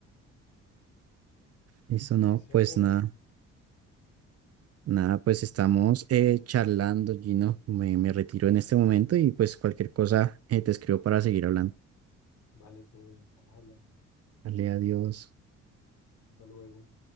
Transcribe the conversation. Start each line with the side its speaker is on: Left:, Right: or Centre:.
Right: Eso
Left: sí,
Right: no,
Left: señor.
Right: pues nada. Nada, pues estamos eh, charlando, Gino. Me, me retiro en este momento y pues cualquier cosa eh, te escribo para seguir hablando.
Left: Vale, todo bien, estamos hablando.
Right: Dale, adiós.
Left: Hasta luego.